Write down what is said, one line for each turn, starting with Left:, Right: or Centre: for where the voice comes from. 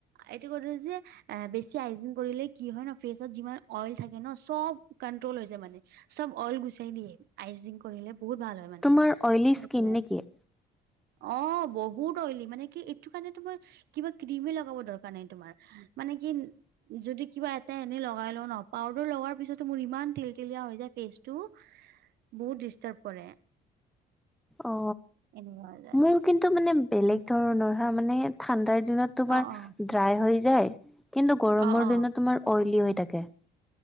Right: এইটো কৰো যে আ বেছি আইজিং কৰিলে কি হয় ন ফেচত যিমান অইল থাকে ন চব কন্ট্ৰল হৈ যায় মানে চব অইল গুচাই দিয়ে আইজিং কৰিলে বহুত ভাল হয় মানে
Centre: তোমাৰ অইলী
Right: সেইটোৱে
Centre: স্কিন নে কি
Right: অ বহুত অইলি মানে কি এইটো কাৰণেতো মই কিবা ক্ৰিমে লগাব দৰকাৰ নাই তোমাৰ মানে কি যদি কিবা এটা এনেই লগাই ল ন পাউদাৰ লগোৱাৰ পিছতো মোৰ ইমান তিল তিলিয়া হৈ যায় ফেচটো বহুত ডিষ্টাৰ্ব কৰে
Centre: অ
Right: এনেকুৱা হৈ যায়
Centre: মোৰ কিন্তু মানে বেলেগ ধৰণৰ হা মানে ঠাণ্ডাৰ দিনত তোমাৰ
Right: অ অ
Centre: ড্ৰাই হৈ যায় কিন্তু গৰমৰ
Right: অ অ
Centre: দিনত তোমাৰ অইলি হৈ থাকে